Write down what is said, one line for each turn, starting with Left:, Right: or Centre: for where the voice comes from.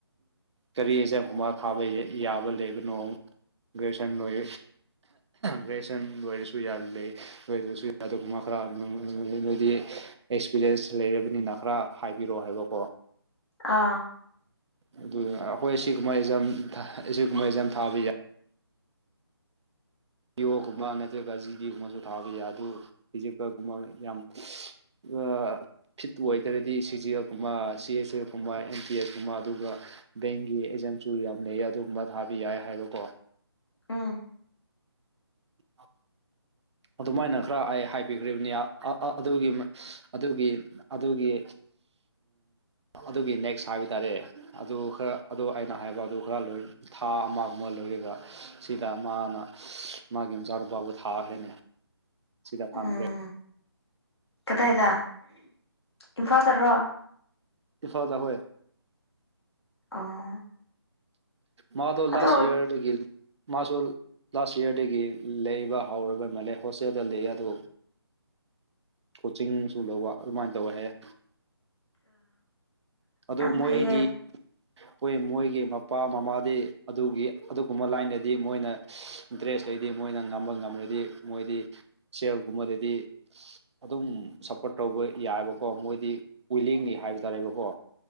Right: ꯀꯔꯤ ꯑꯦꯛꯖꯥꯝꯒꯨꯝꯕ ꯊꯥꯕ ꯌꯥꯕ ꯂꯩꯕꯅꯣ ꯒ꯭ꯔꯦꯖꯨꯌꯦꯁꯟ ꯂꯣꯏ ꯒ꯭ꯔꯦꯖꯁꯟ ꯂꯣꯏꯔꯁꯨ ꯌꯥꯜꯂꯤꯦ ꯅꯣꯏꯗꯁꯨ ꯑꯗꯨꯒꯨꯝꯕ ꯈꯔ ꯅꯣꯏꯗꯤ ꯑꯦꯛꯁꯄꯤꯔꯤꯌꯦꯟꯁ ꯂꯩꯔꯕꯅꯤꯅ ꯈꯔ ꯍꯥꯏꯕꯤꯔꯛꯑꯣ ꯍꯥꯏꯕꯀꯣ
Left: ꯑꯥ
Right: ꯑꯗꯨ ꯑꯩꯈꯣꯏ ꯁꯤ ꯀꯨꯝꯕ ꯑꯦꯖꯝ ꯑꯁꯤ ꯀꯨꯝꯖꯝ ꯊꯥꯕ ꯌꯥꯏ ꯤꯌꯣꯒꯨꯝꯕ ꯅꯠꯇ꯭ꯔꯒ ꯖꯤꯗꯤꯒꯨꯝꯕꯁꯨ ꯊꯥꯕ ꯌꯥꯏ ꯑꯗꯨ ꯐꯤꯖꯤꯀꯒꯨꯝꯕ ꯌꯥꯝ ꯑ ꯐꯤꯠꯨ ꯑꯣꯏꯇꯥꯔꯗꯤ ꯁꯤ ꯖꯤ ꯑꯦꯐ ꯀꯨꯝꯕ ꯁꯤ ꯑꯦꯁ ꯑꯦꯐ ꯀꯨꯝꯕ ꯑꯦꯟ ꯇꯤ ꯑꯦꯐ ꯀꯨꯝꯕ ꯑꯗꯨꯒ ꯕꯦꯡꯒꯤ ꯑꯦꯖꯝꯁꯨ ꯌꯥꯝꯅ ꯑꯗꯨꯒꯨꯝꯕ ꯊꯥꯕ ꯌꯥꯏ ꯍꯥꯏꯕꯀꯣ
Left: ꯎꯝ
Right: ꯎꯝ ꯑꯗꯨꯃꯥꯏꯅ ꯈꯔ ꯑꯩ ꯍꯥꯏꯕꯤꯈ꯭ꯔꯤꯕꯅꯤ ꯑꯗꯨꯒꯤ ꯑꯗꯨꯒꯤ ꯑꯗꯨꯒꯤ ꯑꯗꯨꯒꯤ ꯅꯦꯛꯁ ꯍꯥꯏꯕ ꯇꯥꯔꯦ ꯑꯗꯨ ꯈꯔ ꯑꯗꯨ ꯑꯩꯅ ꯍꯥꯏꯕ ꯑꯗꯨ ꯈꯔ ꯊꯥ ꯑꯃꯒꯨꯝꯕ ꯂꯣꯏꯔꯒ ꯁꯤꯗ ꯃꯥꯅ ꯃꯥꯒꯤ ꯃꯆꯥꯅꯨꯄꯥꯕꯨ ꯊꯥꯈ꯭ꯔꯦꯅꯦ ꯁꯤꯗ
Left: ꯎꯝ
Right: ꯊꯝꯈ꯭ꯔꯦ
Left: ꯀꯗꯥꯏꯗ ꯏꯝꯐꯥꯜꯗꯔꯣ
Right: ꯏꯐꯥꯜꯗꯥ ꯍꯣꯏ
Left: ꯑꯣ
Right: ꯃꯗꯣ
Left: ꯑꯗꯣ
Right: ꯂꯁ ꯏꯌꯔ ꯃꯥꯁꯨ ꯂꯥꯁ ꯏꯌꯥꯔꯗꯒꯤ ꯂꯩꯕ ꯍꯧꯔꯒ ꯃꯥꯂ ꯍꯣꯁꯇꯦꯜꯗ ꯂꯩ ꯑꯗꯨ ꯀꯣꯆꯤꯡ ꯁꯨ ꯂꯧꯕ ꯑꯗꯨꯃꯥꯏꯅ ꯇꯧꯋ ꯍꯥꯏꯌꯦ ꯑꯗꯨ
Left: ꯌꯥꯝ
Right: ꯃꯣꯏꯗꯤ
Left: ꯐꯩꯌꯦ
Right: ꯍꯣꯏ ꯃꯣꯏꯒꯤ ꯃꯄꯥ ꯃꯃꯥꯗꯤ ꯑꯗꯨꯒꯤ ꯑꯗꯨꯒꯨꯝꯕ ꯂꯥꯏꯟꯗꯗꯤ ꯃꯣꯏꯅ ꯗ꯭ꯔꯦꯁ ꯂꯩꯗꯤ ꯃꯣꯏꯅ ꯉꯝꯕ ꯉꯝꯂꯗꯤ ꯃꯣꯏꯗꯤ ꯁꯦꯜꯒꯨꯝꯕꯗꯗꯤ ꯑꯗꯨꯝ ꯁꯞꯄꯣꯔꯠ ꯇꯧꯕ ꯌꯥꯏꯑꯕꯀꯣ ꯃꯣꯏꯗꯤ ꯋꯤꯂꯤꯡꯅꯤ ꯍꯥꯏꯕ ꯇꯥꯔꯦꯕꯀꯣ